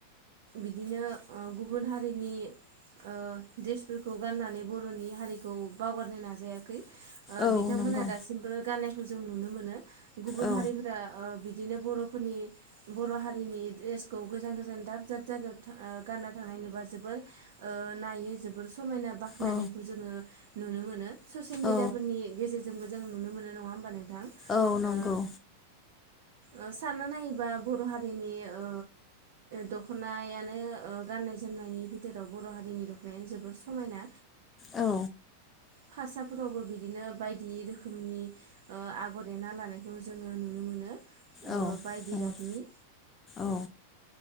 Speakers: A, on the right; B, on the left.
A: बिदिनो ओ गुबुन हारिनि ओ ड्रेसफोरखौ गाननानै बरनि हारिखौ बावगारनो नाजायाखै ओ
B: औ
A: बिथांमोना
B: नंगौ
A: दासिमबो गाननाय जों नुनो मोनो। गुबुन
B: औ
A: हारिफोरा ओ बिदि बिदिनो बरफोरनि बर हारिनि ड्रेसखौ गोजान गोजान दाब दाब जायगायाव था ओ गानना थांनाय नुबा जोबोर नायो जोबोर सम। समायना बाख्नायनायखौ
B: औ
A: जोङो नुनो मोनो। ससियेल मिडियाफोरनि
B: औ
A: गेजेरजों जों बो जों नुनो मोनो नङा होमबा नों थां ओ।
B: औ नंगौ
A: ओ सानना नायोब्ला बर हारिनि ओ दखनायानो ओ गाननाय जोमनायनि भिथोराव बर हारिनि दखनायानो जोबोर समायना।
B: औ।
A: भासाफोरावबो बिदिनो बायदि रोखोमनि आगर एना लानायखौ जोङो नुनो मोनो
B: औ
A: बायदि गाबनि
B: नंगौ औ